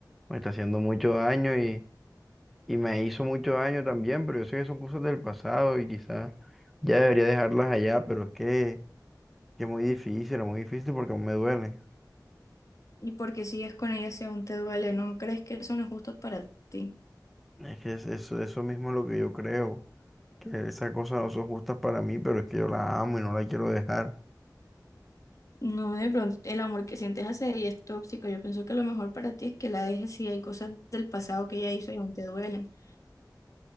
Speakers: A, in the centre; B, on the left (about 50°).
A: me está haciendo mucho daño y me hizo mucho daño también, pero yo sé que son cosas del pasado y quizás ya debería dejarlas allá, pero es que, que es muy difícil, es muy difícil porque aún me duele.
B: Y porque sigues con ella si aún te duele, ¿no crees que eso no es justo para ti?
A: Es que es eso, eso mismo es lo que yo creo, que esas cosas no son justas para mí, pero es que yo la amo y no la quiero dejar.
B: No, de pronto, el amor que sientes hacia ella es tóxico. Yo pienso que lo mejor para ti es que la dejes si hay cosas del pasado que ella hizo y aún te duelen.